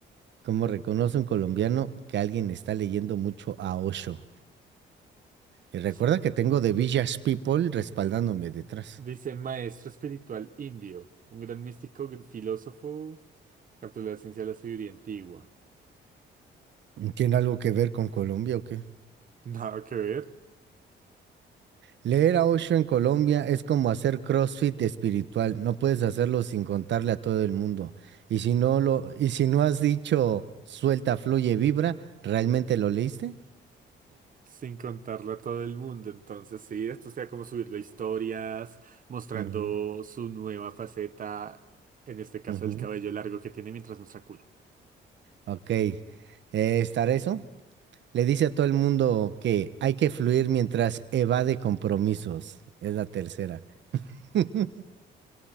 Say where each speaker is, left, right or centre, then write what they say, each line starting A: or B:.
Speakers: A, on the right (about 65°); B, on the right (about 45°).
A: ¿Cómo reconoce un colombiano que alguien está leyendo mucho a Osho? Y recuerda
B: ¿Quién?
A: que tengo The Village People respaldándome detrás.
B: Dice maestro espiritual indio, un gran místico, gr- filósofo, capturó la ciencia de la sabiduría antigua.
A: ¿Tiene algo que ver con Colombia o qué?
B: Nada que ver.
A: Leer a Osho en Colombia es como hacer CrossFit espiritual. No puedes hacerlo sin contarle a todo el mundo. Y si no lo, y si no has dicho suelta, fluye, vibra, ¿realmente lo leíste?
B: Sin contarlo a todo el mundo. Entonces, sí, esto sea como subirlo a historias, mostrando
A: Ujú,
B: su nueva faceta, en este caso
A: ujú.
B: el cabello largo que tiene mientras muestra culo.
A: Ok. Eh, ¿estará eso? Le dice a todo el mundo que hay que fluir mientras evade compromisos. Es la tercera. <laughs>